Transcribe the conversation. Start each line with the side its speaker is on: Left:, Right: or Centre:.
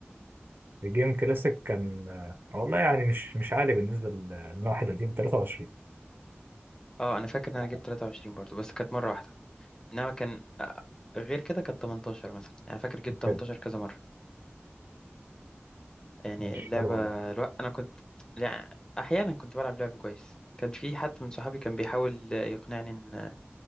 Right: الجيم كلاسيك كان آه، والله يعني مش مش عالي بالنسبة ل- لنا واحد قديم 23
Left: اه انا فاكر ان
Right: على
Left: انا جبت
Right: حاجة.
Left: 23 برضو بس كانت مره واحده انما كان آه، غير كده كانت 18 مثلا يعني فاكر جبت 18
Right: كان
Left: كذا مره يعني
Right: ماشي
Left: اللعبه
Right: حلو والله
Left: الو... انا كنت يعني احيانا كنت بلعب لعب كويس كان في حد من صحابي كان بيحاول يقنعني ان